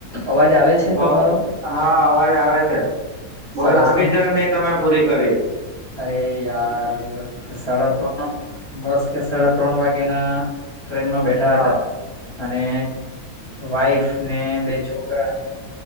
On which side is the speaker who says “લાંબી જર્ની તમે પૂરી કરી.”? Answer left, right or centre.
Right